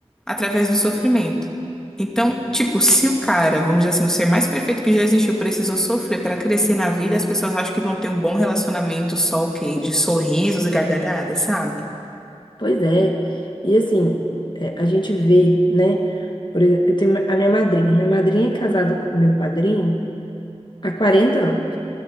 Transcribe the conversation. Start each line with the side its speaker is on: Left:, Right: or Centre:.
Centre: através do sofrimento. Então, tipo, se o cara, vamos dizer assim, o ser mais perfeito que já existiu, precisou sofrer para crescer na vida, as pessoas acham que vão ter um bom relacionamento só o quê? De sorrisos e gargalhadas, sabe?
Left: Pois é. E assim, é, a gente vê, né? Por exemplo, eu tenho a minha madrinha. Minha madrinha é casada com meu padrinho há 40 anos.